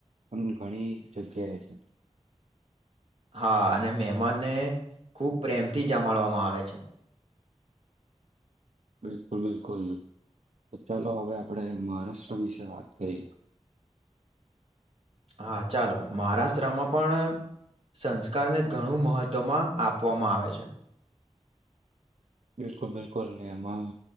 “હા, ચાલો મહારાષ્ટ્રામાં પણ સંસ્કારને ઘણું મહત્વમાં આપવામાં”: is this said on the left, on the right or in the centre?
Right